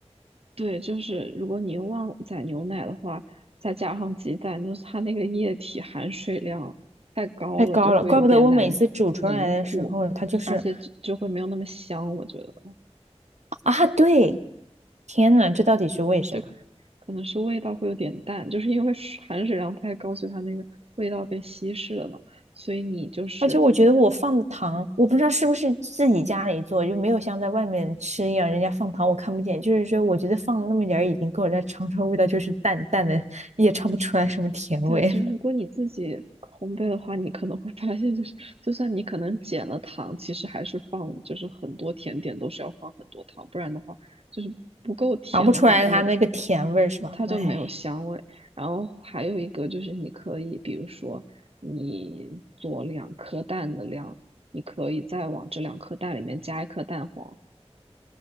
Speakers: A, on the right; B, on the right.
A: 对，就是如果你用旺仔牛奶的话，再加上鸡蛋，就是它那个液体含水量太高了，
B: 太高了。
A: 就会有点难凝固，
B: 怪不得我每次煮出来的时候，它就是
A: 而且就就会没有那么香。我觉得，
B: 啊，对，天呐，这到底是为什么？
A: 就可可能是味道会有点淡，就是因为水含水量太高，所以它那个味道被稀释了嘛。所以你就是
B: 而且我觉得我放的糖，我不知道是不是自己家里做，就没有像在外面吃一样，人家放糖我看不见。就是说，我觉得放了那么点儿已经够了，但尝出来味道就是淡淡的，也尝不出来什么甜味，
A: 对，就是如果你自己烘焙的话，你可能会发现，就是就算你可能减了糖，其实还是放，就是很多甜点都是要放很多糖，不然的话，就是不够甜的话，
B: <laughs> 尝不出来它那个甜味是吧？
A: 它那个它就没有香味。
B: 哎，
A: 然后还有一个就是你可以，比如说你做两颗蛋的量，你可以再往这两颗蛋里面加一颗蛋黄，